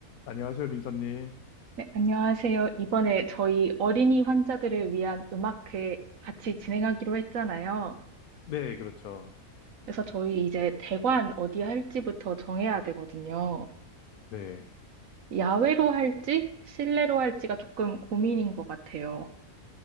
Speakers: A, on the left; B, on the right.
A: 안녕하세요, 민서님.
B: 네, 안녕하세요. 이번에 저희 어린이 환자들을 위한 음악회 같이 진행하기로 했잖아요.
A: 네, 그렇죠.
B: 그래서 저희 이제 대관 어디 할지부터 정해야 되거든요.
A: 네.
B: 야외로 할지, 실내로 할지가 조금 고민인 것 같아요.